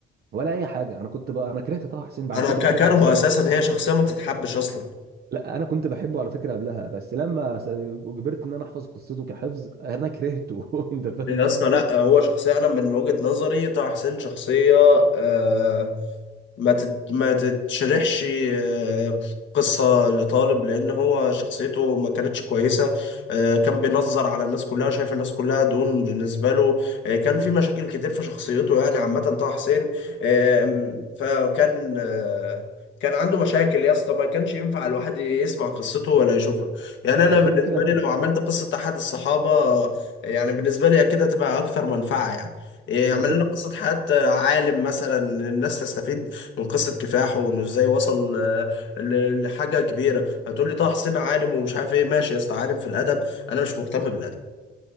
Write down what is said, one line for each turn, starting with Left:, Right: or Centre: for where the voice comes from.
Right: ولا اي حاجه انا كنت بقى انا كرهت طه حسين بقى
Left: انا
Right: انا كنت
Left: ككرهه
Right: بحب طه حسين
Left: اساسا هي شخصيه ما تتحبش اصلا
Right: لا انا كنت بحبه على فكره قبلها بس لما س- اجبرت ان انا احفظ قصته كحفظ انا كرهته <laughs> انت فاهم
Left: يا اسطى
Right: قصدي
Left: لا هو شخصيه انا من وجهه نظري طه حسين شخصيه آه ما تت... ما تتشرحش آه، قصة لطالب لأن هو شخصيته ما كانتش كويسة آه، كان بينظر على الناس كلها شايف الناس كلها دون بالنسبة له آه، كان في مشاكل كتير في شخصيته يعني عامة طه حسين آه، فكان آه، كان عنده مشاكل يا اسطى ما كانش ينفع الواحد يسمع قصته ولا يشوفها يعني أنا
Right: وغير
Left: بالنسبة
Right: كده بقى
Left: لي لو عملت قصة أحد الصحابة آه، يعني بالنسبة لي أكيد هتبقى أكثر منفعة يعني إيه، اعمل
Right: وغير
Left: لنا قصة حياة عالم مثلا الناس تستفيد وقصة كفاحه وانه ازاي وصل آه، ل- لحاجة كبيرة هتقول لي طه حسين عالم ومش عارف ايه ماشي يا اسطى عالم في الأدب انا مش مهتم بالأدب